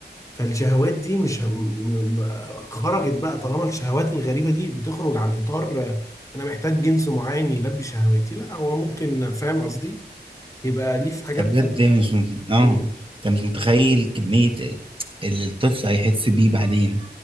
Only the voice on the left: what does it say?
فالشهوات دي مش هم... م- خرجت بقى طالما الشهوات الغريبة دي بتخرج عن اطار انا محتاج جنس معين يلبي شهواتي لا هو ممكن فاهم قصدي يبقى ليه في حاجات
تانية
امم